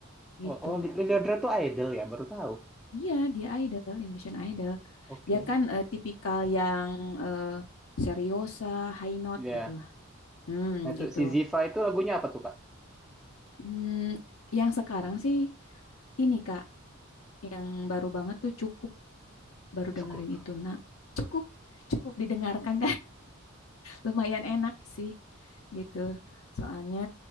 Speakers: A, on the left; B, in the centre.
A: gitu.
B: Oh, oh Li- Leodra tuh idol ya, baru tahu.
A: Iya, dia idol, Indonesian Idol.
B: Oke.
A: Dia kan eh, tipikal yang eh, seriosa, high note
B: Iya.
A: gitu lah. Hmm,
B: Nah tuh
A: gitu.
B: si Ziva itu lagunya apa tuh Kak?
A: Hmm, yang sekarang sih ini Kak, yang baru banget tuh cukup baru
B: Cukup.
A: dengerin itu. Nah, cukup cukup didengarkan lumayan enak sih gitu. Soalnya